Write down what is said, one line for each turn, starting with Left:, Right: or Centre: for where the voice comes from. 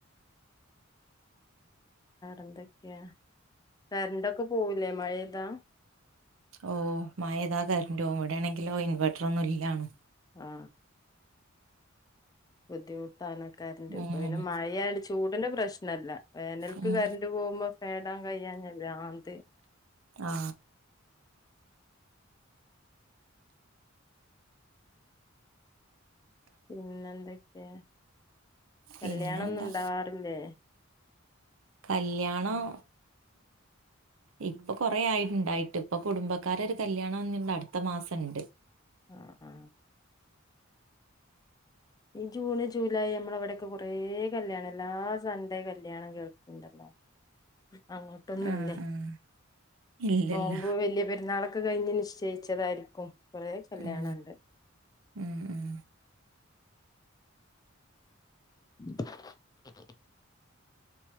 Left: എന്തൊക്കെയാ കറന്റ്‌ ഒക്കെ പോവില്ലേ മഴതാ
Right: ഓ മഴ പെയ്ത കറന്റ്‌ പോവും ഇവിടെയണേൽ ഇൻവെർട്ടർ ഒന്നും ഇല്ലനും
Left: ആ ബുദ്ധിമുട്ടാ കറന്റ്‌
Right: ഉം
Left: മഴാ ആയൊണ്ട് ചൂടിന്റെ പ്രശ്നയില്ല വേനൽക്ക്
Right: ഉം
Left: കറന്റ്‌ പോവുമ്പോ ഫാൻ ഇടാൻ കഴിയാണ്ട് <unintelligible>
Right: ആ ആ
Left: പിന്നീന്തൊക്കയാ കല്യാണം
Right: പിന്നെന്താ
Left: ഒന്നും ഇണ്ടാവാറില്ലേ
Right: കല്യാണം ഇപ്പൊ കുറെയായിഉണ്ടായിട്ട് ഇപ്പൊ കുടുംബക്കാരുടെ ഒരു കല്യാണം അടുത്ത മാസം ഇണ്ട്
Left: ആ ആ ജൂൺ ജൂലായ്‌ നമ്മുടെ അവിടെയൊക്കെ കുറേ കല്യാണം എല്ലാ സൺഡേ കല്യാണം കേക്കണ്ടല്ലോ അങ്ങോട്ടു ഒന്നും
Right: ആഹ്
Left: ഇല്ലേ
Right: ആഹ് ഇല്ലല്ല
Left: നോമ്പ് വലിയാ പെരുനാൾ ഒക്കെ കഴിഞ്ഞി നിച്ചയിച്ചത് ആയിരിക്കും കുറെ കല്യാണം
Right: ഉം
Left: ഇണ്ട്
Right: ഉം ഉം
Left: <inaudible> <unintelligible> <unintelligible>